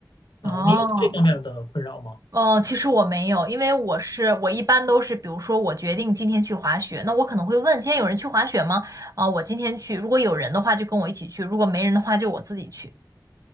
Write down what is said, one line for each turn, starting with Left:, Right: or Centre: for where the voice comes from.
Left: 呃，
Right: 哦
Left: 你有这方面的困扰吗？
Right: 哦，其实我没有，因为我是我一般都是，比如说我决定今天去滑雪，那我可能会问今天有人去滑雪吗？啊、我今天去，如果有人的话就跟我一起去，如果没人的话就我自己去。